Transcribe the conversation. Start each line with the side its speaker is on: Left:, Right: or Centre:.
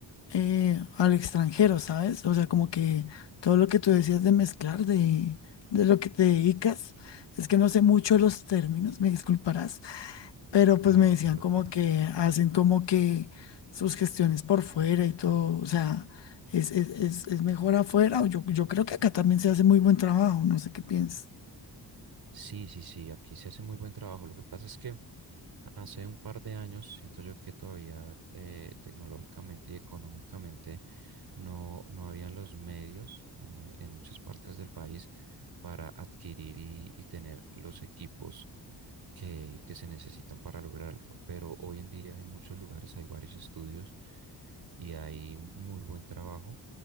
Left: eh, al extranjero, ¿sabes? O sea, como que todo lo que tú decías de mezclar, de, de lo que te dedicas, es que no sé mucho los términos, me disculparás pero
Right: No,
Left: pues me decían
Right: no te preocupes.
Left: como que hacen como que sus gestiones por fuera y todo, o sea, es, es, es, es mejor afuera, o yo, yo creo que acá también se hace muy buen trabajo, no sé qué piensas.
Right: Sí, sí, sí, aquí se hace muy buen trabajo. Lo que pasa es que Hace un par de años siento yo que todavía eh, tecnológicamente y económicamente no, no habían los medios en, en muchas partes del país para adquirir y, y tener los equipos que, que se necesitan para lograrlo. Pero hoy en día hay muchos lugares, hay varios estudios y hay muy buen trabajo